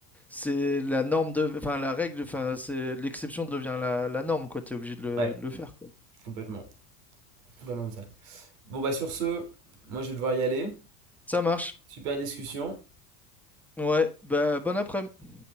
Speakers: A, in the centre; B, on the right.
A: c'est la norme de, enfin la règle, enfin c'est l'exception devient la, la norme, quoi. T'es obligé de le,
B: Ouais,
A: de le faire, quoi.
B: complètement. Complètement comme ça. Bon, bah sur ce, moi je vais devoir y aller.
A: Ça marche.
B: Super discussion.
A: Ouais, bah, bon après-midi.